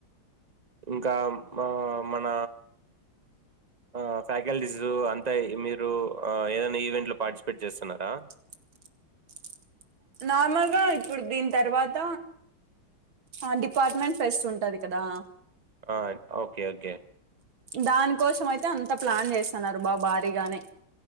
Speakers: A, on the right; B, on the right.
A: ఇంకా మా మన
B: <inaudible>
A: ఆ ఫ్యాకల్టీసు అంతా మీరు ఏదైనా ఈవెంట్లు పార్టిసిపేట్ చేస్తున్నారా
B: <inaudible> నార్మల్ గా ఇప్పుడు దీని తర్వాత ఆ డిపార్ట్మెంట్ ఫస్ట్ ఉంటది కదా
A: ఆ ఓకే ఓకే
B: దాని కోసం అయితే అంత ప్లాన్ చేస్తున్నారు బా భారీగానే